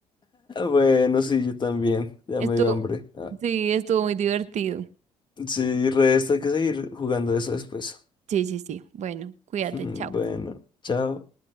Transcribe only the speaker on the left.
Bueno, sí, yo también. Ya
me dio hambre. Ah,
sí, resta hay que seguir jugando eso después.
<laughs> Bueno,
chao.